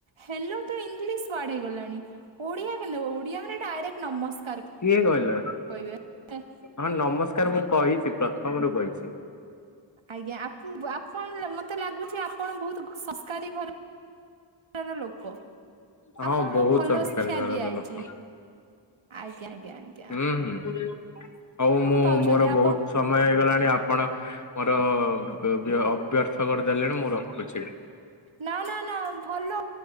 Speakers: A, on the right; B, on the left.
A: ହେଲୋ ତ ଇଂଲିଶ ୱାର୍ଡ ହେଇଗଲାଣି ଓଡିଆ କେମିତି ହବ୍ ଓଡିଆ ମାନେ ଡାଇରେକ୍ଟ ନମସ୍କାର
B: କିଏ କହିଲା?
A: କହିବେ
B: ହଁ ନମସ୍କାର ମୁଁ କହିଛି ତ ପ୍ରଥମରୁ କହିଛି।
A: ଆଜ୍ଞା ଆପ ଆପଣ ମତେ ଲାଗୁଛି ଆପଣ ବହୁତ ଗ ସସ ସରକାରୀ ଘରର ଲୋକ।
B: ହଁ
A: ଆପଣଙ୍କୁ
B: ବହୁତ
A: ଭଲ
B: ସଂସ୍କାରୀ
A: ଶିକ୍ଷା
B: ଘରର
A: ଦିଆଯାଇଛି
B: ଲୋକ
A: ଆଜ୍ଞା ଆଜ୍ଞା ଆ
B: ହୁଁ ହଉ ମୁଁ
A: ପାଉଛନ୍ତି
B: ମୋର
A: ଆପଣ
B: ବହୁତ ସମୟ ହେଇଗଲାଣି ଆପଣ ମୋର ଅ ବ ବ ଅବ୍ୟର୍ଥ କରିଦେଲେଣି ମୁଁ ରଖୁଛି।
A: ନା ନା ନା ଭଲ।